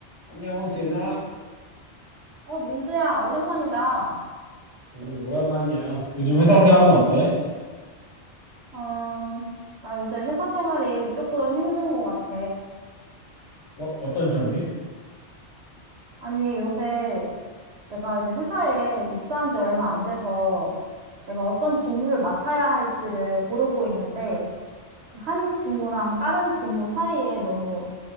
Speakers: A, on the left (about 70°); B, on the right (about 65°).
A: 안녕, 지은아.
B: 어, 민수야, 오랜만이다.
A: 음, 오랜만이야. 요즘 회사 생활은 어때?
B: 어, 나 요새 회사 생활이 조금 힘든 것 같아.
A: 어, 어떤 점이?
B: 아니, 요새 내가 이제 회사에 입사한 지 얼마 안 돼서 내가 어떤 직무를 맡아야 할지를 고르고 있는데 그한 직무랑 다른 직무 사이에 너무